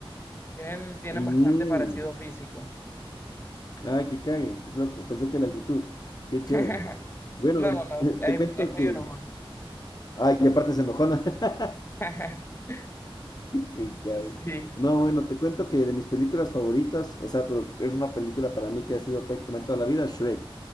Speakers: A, on the left; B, on the left.
A: Tienen, tienen
B: Mm.
A: bastante parecido físico.
B: Ay, que cague, qué loco. Pensé que la actitud. Qué chévere.
A: <laughs>
B: Bueno,
A: No,
B: mira,
A: no,
B: <laughs>
A: no, es,
B: te cuento
A: es medio
B: que...
A: enojona.
B: Ay, y aparte se enojona. <laughs>
A: <laughs>
B: Y que-
A: Sí.
B: No, bueno, te cuento que de mis películas favoritas, o sea, pero es una película para mí que ha sido prácticamente toda la vida, Shrek.